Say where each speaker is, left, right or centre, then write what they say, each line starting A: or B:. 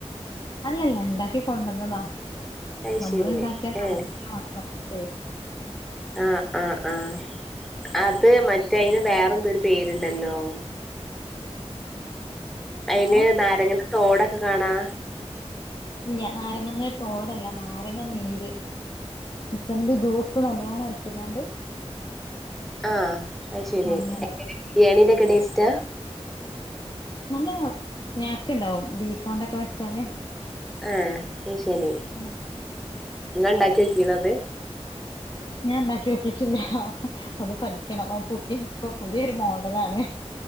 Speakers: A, on the left; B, in the centre.
A: അല്ലാ ല്ല ഇണ്ടാക്കി കൊണ്ടുവന്നതാ
B: അയ്ശരി
A: നമ്മള് ഇണ്ടാക്കിയാ നടകൂല
B: ഏഹ്
A: മകൾക്കോ
B: ആഹ ആഹ് ആഹ അത് മറ്റേ അതിന് വേറെന്തരു പേരുണ്ടല്ലോ അതില്
A: ഹലോ
B: നാരങ്ങന്റെ തോടൊക്കെ കാണാ
A: ഇല്ല നാരങ്ങ ന്റെ തോടല്ല നാരങ്ങ നീര് മുസംബി ജ്യൂസ്‌ നല്ലോണം അടിച്ചിട്ട്
B: ആഹ അതശരി
A: അങ്ങനെ
B: ബിരിയാണീന്റെ ഒക്കെ ടേസ്റ്റാ
A: നല്ല നേക്ക് ഉ ണ്ടാവും ബീഫോണ്ടൊക്കെ വെച്ചാണ്
B: ആഹ അത് ശരി
A: ഉം
B: ഇങ്ങൾ ഉണ്ടാക്കി നോക്കിക്കൂണോ അത്
A: ഞാൻ ഉണ്ടാക്കി നോക്കിയിട്ടില്ല അത് പഠിക്കണം ആ പുതിയ ഇപ്പൊ പുതിയൊരു മോഡലണ്